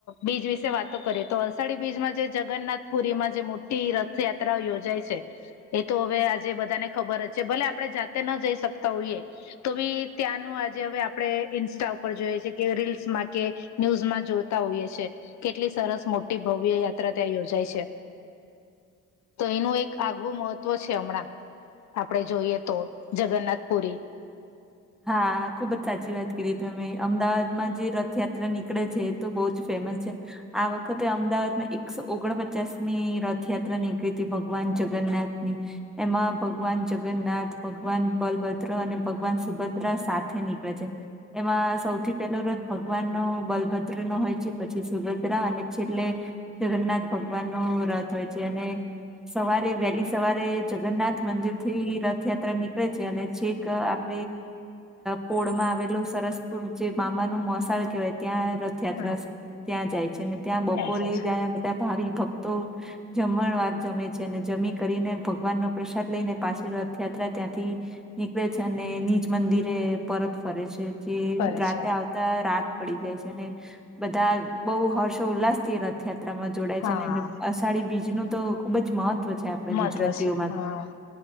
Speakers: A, on the left; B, in the centre.
A: બીચ વિશે વાતો કરીએ તો અષાઢી બીચમાં જે જગન્નાથ પુરીમાં જે મો ટી રથયાત્રાઓ યોજાય છે. એ તો હવે આજે બધાને ખબર જ છે ભલે આપણે જાતે ન જઈ શકતા હોઈએ. તો ભી ત્યાંનું આજે હવે આપણે ઈન્સ્ટા ઉપર જોઈએ છે કે રીલ્સ માં કે ન્યૂઝમાં જોતા હોઈએ છે કેટલી સરસ મોટી ભવ્ય યાત્રા ત્યાં યોજાય છે. તો એનું એક આગવું મહત્વ છે હમણાં આપડે જોઈએ તો જગન્નાથ પુરી.
B: હા ખુબ જ સાચી વાત કરી તમે અમદાવાદમાં જે રથયાત્ર નીકળે છે એ તો બહુ જ ફેમસ છે. આ વખતે અમદાવાદમાં એકસો ઓગણપચાસ ની રથયાત્રા નીકળી હતી ભગવાન જગન્નાથ ની. એમાં ભગવાન જગન્નાથ ભગવાન બલભદ્ર અને ભગવાન સુભદ્રા સાથે નીકળે છે. એમાં સૌથી પહેલો રથ ભગવાન નો બલભદ્ર નો હોય છે પછી સુભદ્રા અને છેલ્લે જગન્નાથ ભગવાન ન રથ હોય છે અને સવારે વહેલી સવારે જગન્નાથ મંદિર થી રથયાત્રા નીકળે છે અને છેક આપ પોળમાં આવેલું સરસપુર જે મામાનું મોસાળ કહેવાય ત્યાં રથયાત્રા
A: હા
B: ત્યાં જાય છે અનેને ત્યાં બપોરે
A: જાય છે
B: જ બધા ભાવિ ભક્તો જમણ વાર જમે છે અને જમી કરીને ભગવાન નો પ્રસાદ લઈને પાછી રથયાત્રા ત્યાંથી નીકળે છે અને નિજ મંદિરે પરત ફરે છે જે
A: ફરે
B: રાતે
A: છે
B: આવ રાત પડી જાય છે અનેને બધા બહ હર્ષો ઉલ્લાસથી રથયાત્રામાં જોડાય
A: હા
B: છે ને અષાઢી બીજ નું તો ખુબ જ મહત્વ છે આપણે
A: મહત્વ
B: ગુજરાતીઓમાં
A: છે હા.